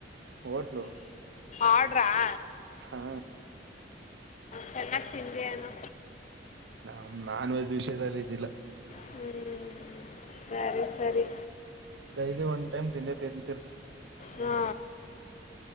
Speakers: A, on the right; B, on the left.
A: ಹೋಟ್ಲು
B: ಆರ್ಡ ಹ
A: ಹಾ
B: ಚನ್ನಾಗಿ ತಿಂದೀ ಏನು
A: ನ ನಾನ್ ವೆಜ್ ವಿಷಯದಲ್ಲಿ ಇದ್ದಿಲ್ಲ
B: ಹ್ಮ್ ಸರಿ ಸರಿ
A: ಡೈಲಿ ಒನ್ ಟೈಮ ತಿಂದೆ ತಿಂದಿರ್ತೀನಿ
B: ಹಾ